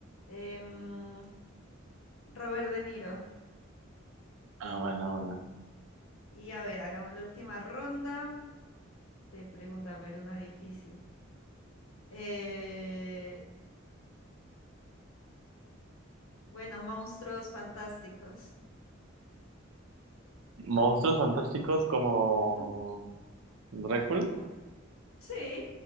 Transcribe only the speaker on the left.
Em, Robert De Niro.
Y a ver, hagamos la última ronda. de preguntas a ver, una difícil. Eh, bueno, monstruos fantásticos.
Ujú.
Como, sí.